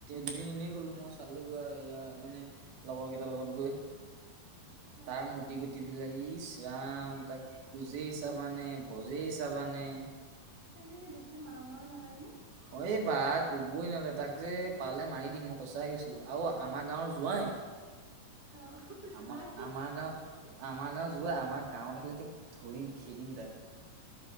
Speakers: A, on the right; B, in the centre.
A: দুদিননে গ'লো মই চালো গই, ই মানে লগৰ কেইটাৰ লগত গৈ।
B: অ
A: তাৰ মুদী গুটি, বিলাক ইস ৰাম তাক খুজেই
B: এ
A: চাবা নে, ভজেই চাবানে।
B: সেই যে, দেখিলে মাৰো, মাৰো নালাগে নে।
A: অ, এই বা ক'বই নালাগ তাক যে পালে মাৰি দিম, মই সচাই গৈছো আৰু আমাৰ গাঁৱৰ যোৱাই।
B: অ যোৱাই
A: আমাৰ, আমাৰ গাঁও, আমাৰ গাঁও, যোৱাই আমাৰ গাঁৱত আহিলে যে, ধৰিম খেদিম তাক।